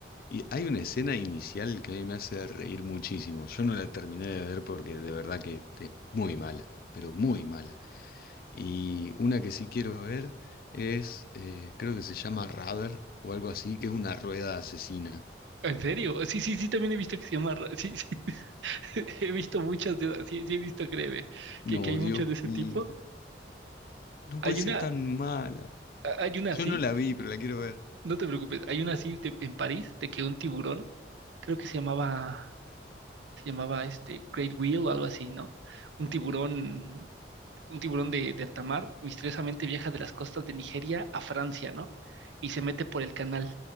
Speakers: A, on the left (about 50°); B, on the right (about 85°).
A: Y hay una escena inicial que a mí me hace reír muchísimo. Yo no la terminé de ver porque de verdad que es muy mala, pero muy mala. Y una que sí quiero ver es, eh, creo que se llama Rubber o algo así, que es una rueda asesina.
B: ¿En serio? Sí, sí, sí, también he visto que se llama. Ra- Sí, sí, <laughs> he visto muchas de esas. Sí, sí, he visto, créeme,
A: No,
B: que, que hay
A: Dios
B: muchas de ese
A: mío,
B: tipo.
A: no
B: Hay
A: puede ser
B: una,
A: tan mala.
B: a- hay una
A: Yo
B: así,
A: no la vi, pero la quiero ver.
B: no te preocupes, hay una así de- en París, de que un tiburón, creo que se llamaba, se llamaba este Great Wheel o algo así, ¿no? Un tiburón un tiburón de, de alta mar misteriosamente viaja de las costas de Nigeria a Francia, ¿no? Y se mete por el canal